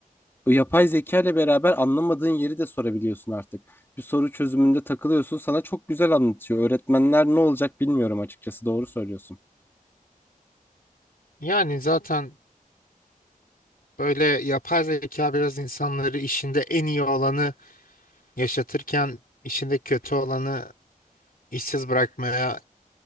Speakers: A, on the left; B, on the left.
A: O yapay zeka ile beraber anlamadığın yeri de sorabiliyorsun artık. Bir soru çözümünde takılıyorsun. Sana çok güzel anlatıyor. Öğretmenler ne olacak bilmiyorum açıkçası. Doğru söylüyorsun.
B: Yani zaten böyle yapay zeka biraz insanları işinde en iyi olanı yaşatırken işinde kötü olanı işsiz bırakmaya